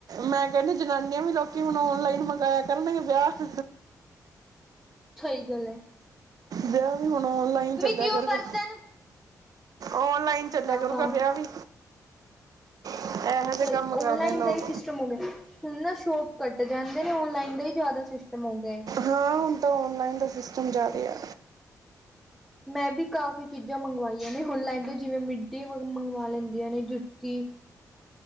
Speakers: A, on the right; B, in the centre.
A: ਮੈਂ ਕਹਿੰਨੀ ਜਨਾਨੀਆਂ ਵੀ ਹੁਣ ਲੋਕੀ ਔਨਲਾਈਨ ਮੰਗਾਇਆ ਕਰਨਗੇ, ਵਿਆਹ
B: ਸਹੀ ਗਲ ਏ।
A: ਬਿਆਹ ਵੀ ਹੁਣ ਔਨਲਾਈਨ ਚੱਲਿਆ
B: ਦਿਓ
A: ਕਰੂਗਾ,
B: ਬਰਤਨ
A: ਔਨਲਾਈਨ। ਚੱਲਿਆ
B: ਤਾਂ
A: ਕਰੂਗਾ
B: ਤਾਂ
A: ਵਿਆਹ ਵੀ। ਇਹੋ ਜਿਹੇ
B: ਸਹੀ,
A: ਕੰਮ ਕਰਦੇ
B: ਔਨਲਾਈਨ
A: ਨੇ ਲੋਕ
B: ਦਾ ਏਹੀ ਸਿਸਟਮ ਹੋਗਿਆ। ਹੁਣ ਨਾ ਸ਼ੋਪ ਘੱਟੇ ਜਾਂਦੇ ਨੇ, ਔਨਲਾਈਨ ਦਾ ਹੀ ਜ਼ਿਆਦਾ ਸਿਸਟਮ ਹੋਗਿਆ।
A: ਹਾਂ, ਹੁਣ ਤਾਂ ਔਨਲਾਈਨ ਦਾ ਸਿਸਟਮ ਜ਼ਿਆਦੇ ਆ।
B: <inaudible> ਮੈਂ ਬੀ ਕਾਫ਼ੀ ਚੀਜ਼ਾਂ ਮੰਗਵਾਈਆਂ ਨੇ ਔਨਲਾਈਨ ਤੋਂ ਜਿਵੇਂ ਮਿੱਡੀ, ਔਰ ਮੰਗਵਾ ਲੈਂਦੀਆਂ ਨੇ, ਜੁੱਤੀ।